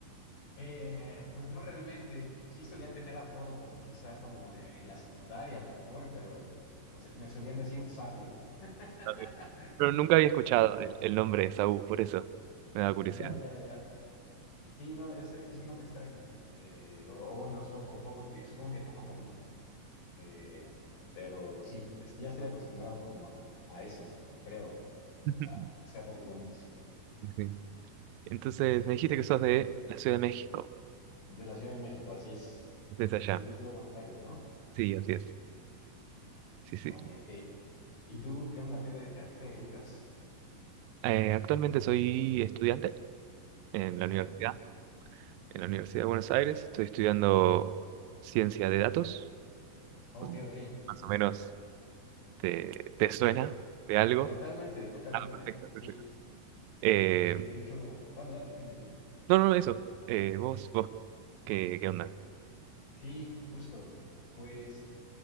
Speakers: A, on the left (about 85°); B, on the right (about 80°).
A: Eh, pues no realmente, sí solía tener apodo como quizá como eh, en la secundaria a lo mejor, pero o sea, me solían decir sabio. <laughs>
B: Está bien. Pero nunca había escuchado el, el nombre de Esaú, por eso me da curiosidad.
A: Ya, ya, ya. Sí, no, es, es un nombre extraño. Eh, o, o bueno, so- o pongo que, supongo que poco común. Eh, pero sí, es- ya estoy acostumbrado como a, a eso, creo,
B: <laughs>
A: a a que sea poco común.
B: Sí. Entonces, me dijiste que sos de la Ciudad de México,
A: De la Ciudad de México, así es.
B: desde allá.
A: Y tú de Buenos Aires, ¿no?
B: Sí, así es. Sí, sí.
A: Ok, ok. ¿Y tú qué onda? ¿Qué de- ¿A qué te dedicas,
B: Eh, actualmente soy estudiante en la
A: estudiante?
B: universidad, en la Universidad de Buenos Aires. Estoy estudiando ciencia de datos.
A: Ok,
B: pues,
A: ok.
B: Más o menos, ¿te, te suena de algo?
A: Totalmente, totalmente.
B: Ah, perfecto, perfecto.
A: Sí,
B: Eh,
A: sí, de hecho, bueno, dame, dime, dime.
B: no, no, eso. Eh, vos, vos, ¿qué, qué onda?
A: Sí, justo. Pues